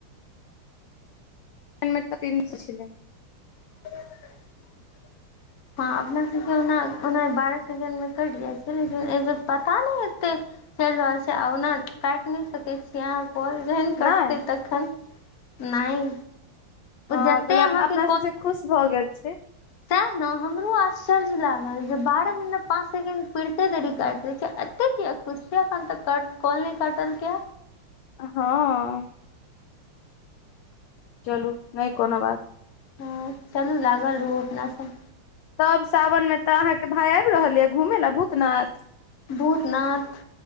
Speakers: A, on the left; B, on the left.
A: हेलमेट तीन छै <unintelligible>
B: ह <unintelligible> हँ अपना सबके ओना ओना बारह सेकेंड मे कटि जाइ छै लेकिन एहि बेर पता नहि एतै चल रहलल छै आ ओना काटि नहि सक यहाँ कोल जेहन कटतै
A: नहि
B: तखन नहि
A: ह
B: जते
A: त कहले
B: अहाँके
A: अपना सबसँ खुश भऽ गेल छै
B: तैँ न हमरो आश्चर्य लागल जे बारह मिनट पाँच सेकेण्ड पुड़ते देरी काट द छै कत किया खुश छै खन तऽ कॉलनै कटलेकैया
A: हँ चलू नहि कोनो बात
B: हँ चलू लागल रहु अपना सब
A: तब सावन में तऽ अहाँके भाय आबि रहल यऽ घूमेला भूतनाथ
B: भूतनाथ